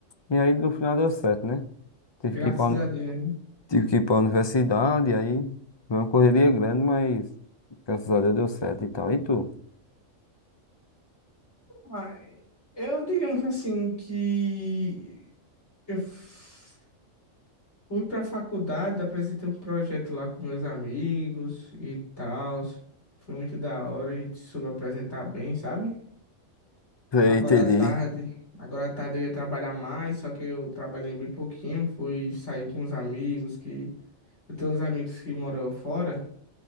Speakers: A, on the left; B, on the left.
A: E aí no final deu certo, né? Tive
B: Graças
A: que ir pra,
B: a Deus, né?
A: tive que ir pra universidade, e aí foi uma correria grande, mas graças a Deus deu certo e tal. E tu?
B: Ah, eu, digamos assim, que eu f- fui pra faculdade, apresentei um projeto lá com meus amigos e tal. Foi muito da hora, a gente soube apresentar bem, sabe?
A: Sei,
B: Agora
A: entendi.
B: à tarde, agora à tarde eu ia trabalhar mais, só que eu trabalhei bem pouquinho, fui sair com os amigos que eu tenho uns amigos que moram fora,